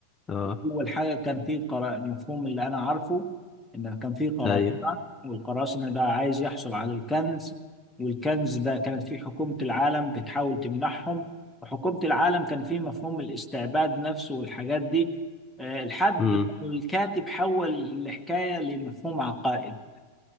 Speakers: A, on the left; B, in the centre.
A: اه
B: اول حاجه كان في قرا... المفهوم اللي انا عارفه ان كان في قراصنه
A: ايوه
B: والقراصنه ده عايز يحصل على الكنز والكنز ده كانت فيه حكومه العالم بتحاول تمنحهم وحكومه العالم كان فيه مفهوم الاستعباد نفسه والحاجات دي آه، لحد
A: امم
B: ما الكاتب حول الحكايه لمفهوم عقائد